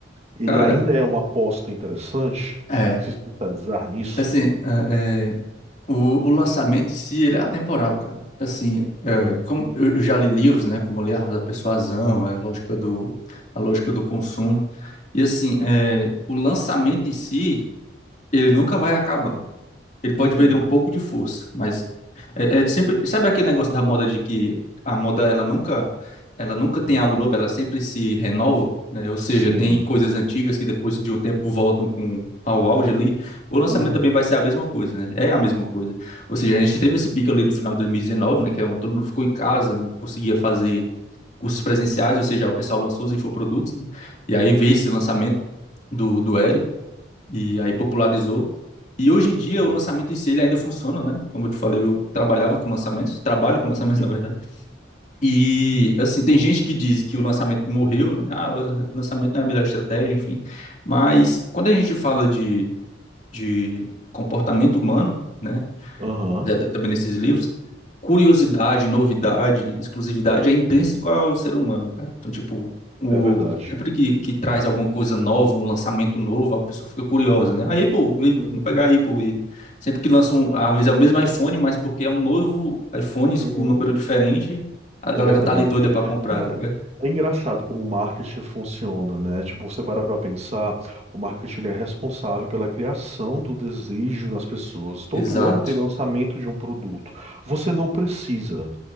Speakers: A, on the right (about 35°); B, on the left (about 40°).
A: Ele
B: Cara,
A: ainda é uma aposta interessante
B: é.
A: se especializar nisso.
B: Assim, é, é, o, o lançamento em si, ele é atemporal, cara. Assim, é,
A: Uhum.
B: como eu, eu já li livros, né? Como eu li Armas da Persuasão, é, Lógica do, A Lógica do Consumo. E assim, é, o lançamento em si, ele nunca vai acabar. Ele pode
A: Uhum.
B: vender um pouco de força, mas é, é sempre, sabe aquele negócio da moda de que a moda ela nunca, ela nunca tem algo novo, ela sempre se renova, né? Ou seja,
A: Sim.
B: tem coisas antigas que depois de um tempo voltam com ao auge ali. O lançamento
A: Uhum.
B: também vai ser a mesma coisa, né? É a mesma coisa. Ou seja, a gente teve esse pico ali no final de 2019, né? Que é onde todo mundo ficou em casa, não conseguia fazer cursos presenciais, ou seja, o pessoal lançou os infoprodutos, né? E aí veio esse lançamento do do Érico e aí popularizou. E hoje em dia
A: Uhum.
B: o lançamento em si ele ainda funciona, né? Como eu te falei, eu trabalhava com lançamentos, trabalho com lançamentos,
A: Sim.
B: <laughs> na verdade. E assim, tem gente que diz que o lançamento morreu, né? Ah, o lançamento não é a melhor estratégia, enfim. Mas quando a gente fala de, de comportamento humano, né?
A: Aham.
B: né, também nesses livros, curiosidade, novidade, exclusividade é intrínseco ao ser humano, cara. Então, tipo, o,
A: É verdade.
B: sempre que, que traz alguma coisa nova, um lançamento novo, a pessoa fica curiosa, né? A Apple, Apple,
A: Uhum.
B: vamos pegar a Apple. e- Sempre que lançam, às vezes é o mesmo iPhone, mas porque é um novo iPhone
A: Uhum.
B: com um número diferente, a galera
A: É verdade.
B: tá ali doida pra comprar,
A: Cara,
B: tá ligado?
A: é engraçado como o marketing funciona, né? Tipo, você para pra pensar, o marketing ele é responsável pela criação do desejo nas pessoas. Todo
B: Exato,
A: ano tem lançamento de um produto. Você não precisa,